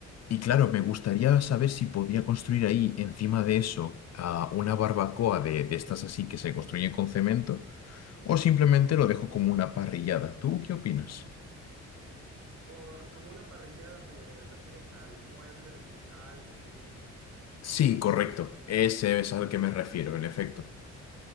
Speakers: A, on the left; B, on the right.
A: Y claro, me gustaría saber si podría construir ahí, encima de eso, ah, una barbacoa de, de estas así que se construyen con cemento, o simplemente lo dejo como una parrillada. ¿Tú qué opinas?
B: Por como una parrillada te refieres al mueble de metal movible.
A: Sí, correcto. Ese es al que me refiero, en efecto.